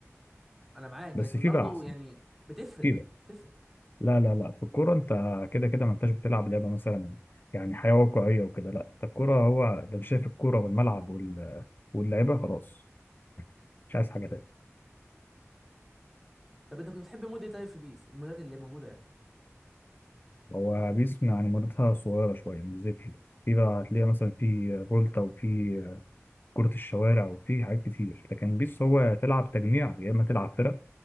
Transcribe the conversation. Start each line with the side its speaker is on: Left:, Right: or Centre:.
Centre: انا معاك
Left: بس
Centre: لكن
Left: فيفا
Centre: برضه
Left: احسن
Centre: يعني بتفرق
Left: فيفا
Centre: بتفرق
Left: لا لا لا في الكوره انت كده كده ما انتش بتلعب لعبه مثلا يعني حياه واقعيه وكده لا انت الكوره هو ده مش شايف الكوره والملعب وال... واللعيبه خلاص مش عايز حاجه تانية
Centre: طب انت كنت بتحب مود ايه طيب في بيس المودات اللي موجوده يعني
Left: هو بيس يعني مدتها صغيره شويه مش زي فيفا فيفا هتلاقي مثلا في فولتا وفي كرة الشوارع وفي حاجات كتير لكن بيس
Centre: اه
Left: هو تلعب تجميع يا إما تلعب فرق